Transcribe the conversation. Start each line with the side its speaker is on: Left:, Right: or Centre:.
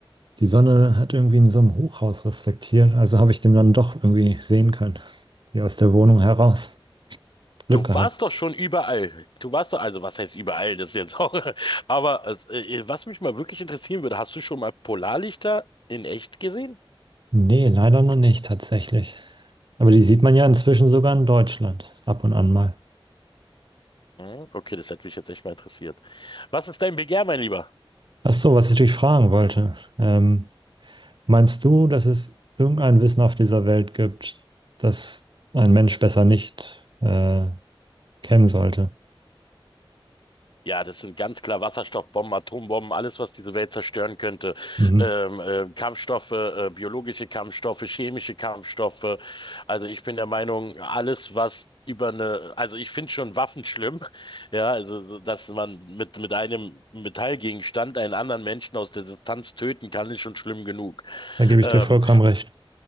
Right: die Sonne hat irgendwie in so einem Hochhaus reflektiert. Also habe ich den dann doch irgendwie sehen können. Hier aus der Wohnung heraus. Glück
Left: Du
Right: gehabt.
Left: warst doch schon überall. Du warst doch, also was heißt überall, das ist jetzt auch. <laughs> Aber äh, äh, was mich mal wirklich interessieren würde, hast du schon mal Polarlichter in echt gesehen?
Right: Nee, leider noch nicht tatsächlich. Aber die sieht man ja inzwischen sogar in Deutschland ab und an mal.
Left: Hm, okay, das hätte mich jetzt echt mal interessiert. Was ist dein Begehr, mein Lieber?
Right: Ach so, was ich dich fragen wollte. Ähm, meinst du, dass es irgendein Wissen auf dieser Welt gibt, das ein Mensch besser nicht äh, kennen sollte?
Left: Ja, das sind ganz klar Wasserstoffbomben, Atombomben, alles, was diese Welt zerstören könnte.
Right: Mhm.
Left: Ähm, äh, Kampfstoffe, äh, biologische Kampfstoffe, chemische Kampfstoffe. Also ich bin der Meinung, alles, was über eine, also ich finde schon Waffen schlimm, ja, also so, dass man mit, mit einem Metallgegenstand einen anderen Menschen aus der Distanz töten kann, ist schon schlimm genug.
Right: Da gebe
Left: Ähm,
Right: ich dir vollkommen recht.